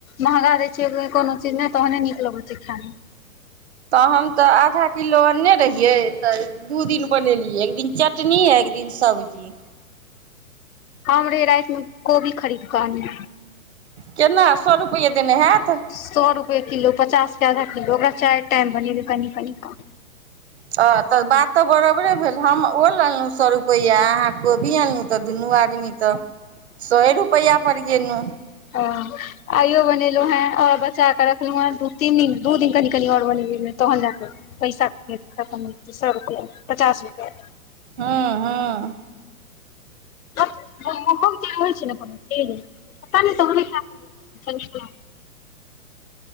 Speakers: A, on the left (about 65°); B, on the right (about 45°).
A: महँगा रहै छै कोनो चीज नहि तहने नीक लगैत छै खायइमे
B: तऽ हम तऽ आधा किलो अन्ने रहियै तऽ दू दिन बनेलियै एक दिन चटनी एक दिन सब्जी
A: हम रहे रातिमे कोबी खरीद कऽ अनने
B: केना सए रुपैआ देने हयैत
A: सए रुपए किलो पचासके आधा किलो ओकरा चारि टाइम बनेलबियै कनि कनि कम
B: ह तऽ बात तऽ बराबरे भेल हम ओल अनलो सए रुपैआ अहाँ कोबी अनलहुँ तऽ दुनू आदमी तऽ सए रुपआ पर गेलहु
A: हँ आइयो बनेलहु है और बचा क रखलहु हैंू तीन दिन दू दिन कनि कनि आओर बनेी तहन जााके पैसा खतम हेते सघते पचास रुपआ के
B: हँ हँ
A: छै ने कोनो पता नहि त <unintelligible>